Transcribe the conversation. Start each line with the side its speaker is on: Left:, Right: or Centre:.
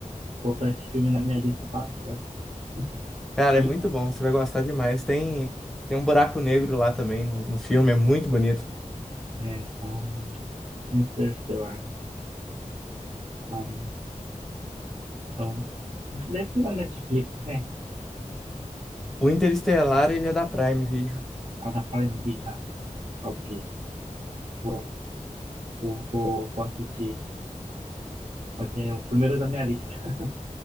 Right: botar esse filme na minha lista para assistir.
Centre: Cara,
Right: Inter,
Centre: é muito bom, você vai gostar demais. Tem, tem um buraco negro lá também no, no filme, é muito bonito.
Right: é, ah, Interstellar. Ah, então, acho que deve ter na Netflix, né?
Centre: O Interestelar, ele é da Prime Video.
Right: A da Prime Video. Ah, ok. Vou, vou, vou, vou assistir. Vai ser o primeiro da minha lista. <laughs>